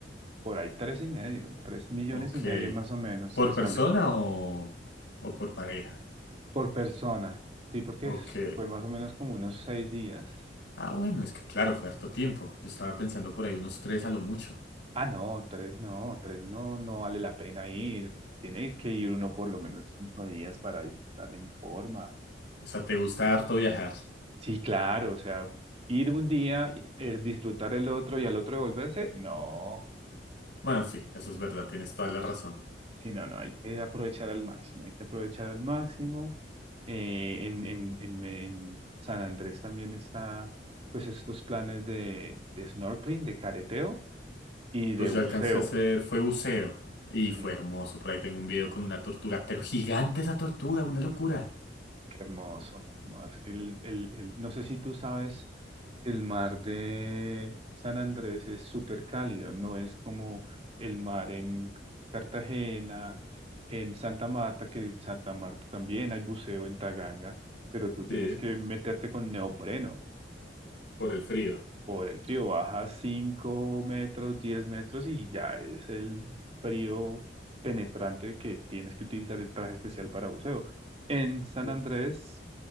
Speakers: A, on the right; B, on the left.
A: por ahí tres y medio, tres millones
B: Ok.
A: y medio más o menos
B: ¿Por
A: te sale
B: persona o, o por pareja?
A: por persona, sí, porque
B: Ok.
A: es- fue más o menos como unos seis días.
B: Ah, bueno, es que claro, fue harto tiempo. Yo estaba pensando por ahí unos tres a lo mucho.
A: Ah, no, tres no, tres no, no vale la pena ir. Tiene que ir uno por lo menos cinco días para disfrutar en forma.
B: O sea, ¿te gusta harto viajar?
A: Sí, claro, o sea, ir un día, eh, disfrutar el otro y al otro devolverse, no,
B: Bueno, sí, eso es verdad, tienes toda la razón.
A: sí, no, no, hay que aprovechar al máximo, hay que aprovechar al máximo. Eh, en, en, en, en San Andrés también está, pues, estos planes de, de snorkeling, de careteo y
B: Pues
A: de buceo.
B: yo alcancé a hacer, fue buceo y
A: Mm.
B: fue hermoso. Por ahí tengo un video con una tortuga, pero gigante esa tortuga, una locura.
A: Qué hermoso. No, es que el, el, el- no sé si tú sabes, el mar de San Andrés es súper cálido, no es como el mar en Cartagena, en Santa Marta, que en Santa Marta también hay buceo en Taganga, pero tú tienes
B: Sí,
A: que meterte con neopreno
B: por el frío.
A: por el frío. Bajas 5 metros, 10 metros y ya es el frío penetrante que tienes que utilizar el traje especial para buceo. En San
B: Uf,
A: Andrés